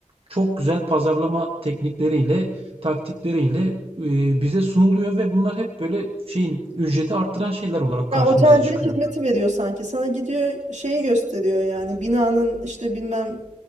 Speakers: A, on the right; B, on the right.
A: çok güzel pazarlama teknikleriyle, taktikleriyle e, bize sunuluyor ve bunlar hep böyle şeyin ücreti arttıran şeyler olarak karşımıza
B: Ya otelcilik
A: çıkıyor.
B: hizmeti veriyor sanki. Sana gidiyor şeyi gösteriyor yani binanın işte bilmem